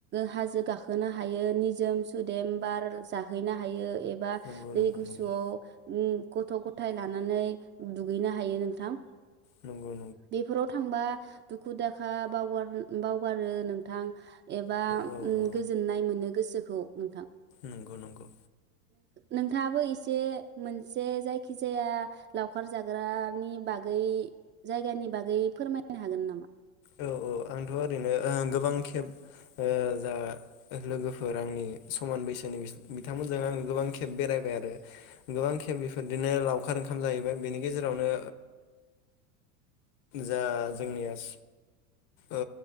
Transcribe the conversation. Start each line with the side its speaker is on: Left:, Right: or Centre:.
Right: हाजो गाखोनो हायो निजोम सुदेम बार जाहैनो हायो एबा
Left: नंगौ
Right: दै
Left: नंगौ
Right: गुसुआव ओम गथ गथाय लानानै दुगैनो हायो नोंथां
Left: नंगौ नंगौ
Right: बेफोराव थांबा दुखु दाखा बावगार बावगारो नोंथां। एबा ओ
Left: औ औ
Right: गोजोननाय मोनो गोसोखौ नोंथां
Left: नंगौ नंगौ
Right: नोंथाङाबो एसे मोनसे जायखिजाया लावखार जाग्रानि बागै जायगानि बागै फोरमायनो हागोन नामा?
Left: औ औ आंथ ओरैनो ओ गोबां खेब ओ जा लोगोफोर आंनि समान बैसोनि बिस बिथांमोनजों आङो गोबां खेब बेरायबाय आरो गोबां खेब बेफोरदोनो लावखार ओंखाम जाहैबाय बेनि गेजेरावनो जा जोंनिया ओ